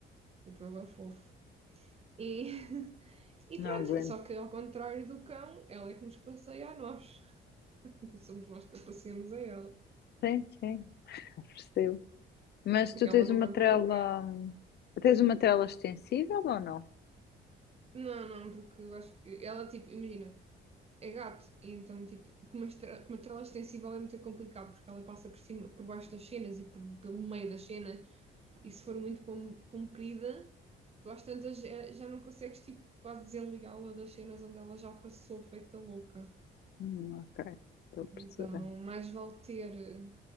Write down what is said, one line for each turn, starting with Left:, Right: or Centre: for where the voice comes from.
Right: Tipo, é bué fofo. E, <laughs> e
Left: Não
Right: pronto,
Left: aguento.
Right: só que ao contrário do cão, ela é que nos passeia a nós. <laughs> Somos nós que a passeamos a ela.
Left: Sim, sim, eu percebo. Mas
Right: Porque
Left: tu tens
Right: ela não
Left: uma
Right: vai
Left: trela.
Right: para onde eu quero.
Left: hum, Tens uma trela extensível ou não?
Right: Não, não, porque eu acho que ela, tipo, imagina, é gato, e então, tipo, com uma estra- com uma trela extensível é muito complicado, porque ela passa por cima, por baixo das cenas e por- pelo meio das cenas e se for muito com- comprida, tu às tantas já, já não consegues, tipo, quase desenligá-la das cenas onde ela já passou feita louca.
Left: Hum, ok, estou a perceber.
Right: Então, mais vale ter eh,